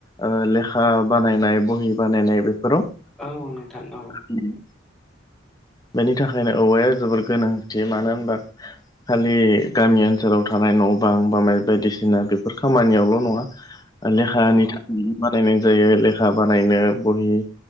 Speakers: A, on the left; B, in the centre.
A: ओ लेखा बानायनाय बहि बानायनाय बेफोराव
B: औ नोंथां औ
A: उम। बेनि थाखायनो औवाया जोबोर गोनांथि मानो होनबा खालि गामि ओनसोलाव थानाय न' बां बा माय बायदिसिना बेफोर खामानियावल' नङा। ओ लेखानि
B: औ
A: थाख बानायनाय जायो लेखा बानायनो बहि